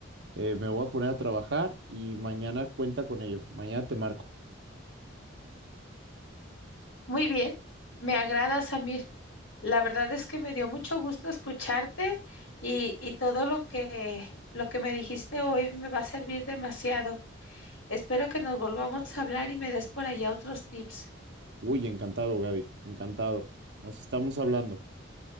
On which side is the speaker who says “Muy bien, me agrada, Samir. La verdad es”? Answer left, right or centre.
Left